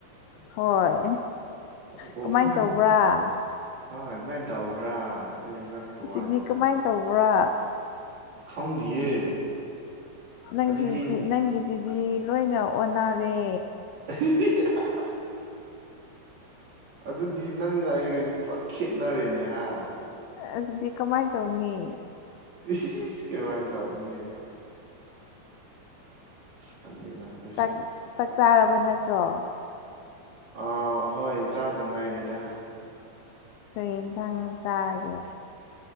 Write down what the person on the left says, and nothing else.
ꯍꯣꯏ
ꯀꯃꯥꯏꯅ ꯇꯧꯕ꯭ꯔꯥ
ꯁꯤꯗꯤ
ꯀꯃꯥꯏꯅ ꯇꯧꯕ꯭ꯔꯥ
ꯅꯪ
ꯁꯤꯤꯇꯤ ꯅꯪꯒꯤ ꯁꯤ ꯗꯤ ꯂꯣꯏꯅ ꯑꯣꯟꯅꯔꯦ
ꯑꯗꯨꯗꯤ ꯀꯃꯥꯏꯅ ꯇꯧꯅꯤ
ꯆꯥꯛ ꯆꯥꯛ ꯆꯥꯔꯕ ꯅꯠꯇ꯭ꯔꯣ
ꯀ꯭ꯔꯦꯟ ꯁꯪ ꯆꯥꯔꯒꯦ